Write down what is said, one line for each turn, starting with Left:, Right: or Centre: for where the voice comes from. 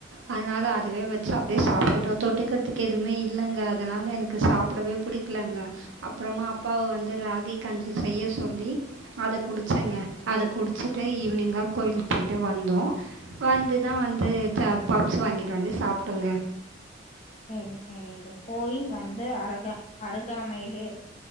Right: அதனால அதுவே வச்சு அப்டியே சாப்ட்டுட்டோ தொட்டுக்கிறதுக்கு எதுமே இல்லங்க அதனால எனக்கு சாப்படவே பிடிக்கலங்க அப்புறமா அப்பாவ வந்து ராகி கஞ்சி செய்ய சொல்லி அத குடிச்சங்க அத குடிச்சிட்டு ஈவினிங்கா கோயிலுக்கு போய்ட்டு வந்தோ வந்துதா வந்து த பப்ஸ் வாங்கிட்டு வந்து சாப்ட்டோங்க.
Left: செரி செரிங்க கோயில் வந்து அருக அருகாமையிலயே இரு